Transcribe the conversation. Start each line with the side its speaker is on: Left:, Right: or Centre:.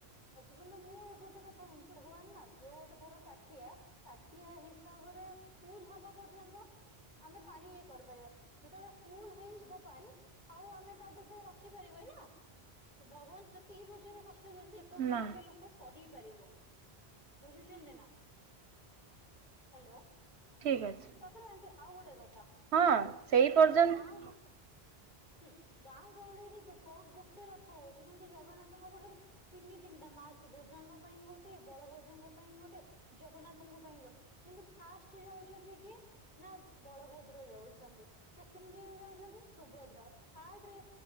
Left: କିନ୍ତୁ ମୁଁ ଏ ଗୋଟେ କଥା ଜାଣିଛି ଭଗବାନ ନା ଯୋଉ ଗୋଟେ ଧର ତାଟିଆ ତାଟିଆ ହିସାବରେ ଫୁଲ ହବା ପର୍ଯ୍ୟନ୍ତ ଆମେ ପାଣି କରିପାରିବା ଯେତେବେଳେ ଫୁଲ ହେଇଯିବ ପାଣି ଆଉ ଆମେ ତା ଦେହରେ ତ ରଖିପାରିବା ନି ନା। ଭଗବାନ ସେତିକି ପର୍ଯ୍ୟନ୍ତ କଷ୍ଟ ଦିଅନ୍ତି ଯେ ପର୍ଯ୍ୟନ୍ତ
Right: ନା
Left: ଗୋଟେ ଲୋକ ସହି ବୁଝିପାରିବ ବୁଝୁଚନ୍ତି ନା <inaudible> ହାଲୋ।
Right: ଠିକ ଅଛି।
Left: ତାପରେ ଆଣ୍ଟି ଆଉ ଗୋଟେ କଥା
Right: ହଁ
Left: ଅ
Right: ସେଇ
Left: ଦେଖନ୍ତୁ
Right: ପର୍ଯ୍ୟନ୍ତ
Left: ଗାଁକୁ ହୁଁ ଗାଁ ଗହଳିରେ ଦେଖ ଗୋ ଗୋଟେ ରଥ ହଉଛି କିନ୍ତୁ ଜଗନ୍ନାଥଙ୍କ ପାଖରେ ତିନି ତିନିଟା ମା ସୁଭଦ୍ରାଙ୍କ ପାଇଁ ଗୋଟେ ବଳଭଦ୍ରଙ୍କ ପାଇଁ ଗୋଟେ ଜଗନ୍ନାଥଙ୍କ ପାଇଁ ଗୋଟେ କିନ୍ତୁ ଫାଷ୍ଟ ଯାଉଛନ୍ତି କିଏ ନା ବଳଭଦ୍ର ଯାଉ ଛନ୍ତି ସେକେଣ୍ଡରେ ଯାଉଛନ୍ତି ସୁଭଦ୍ରା ଥାର୍ଡ ରେ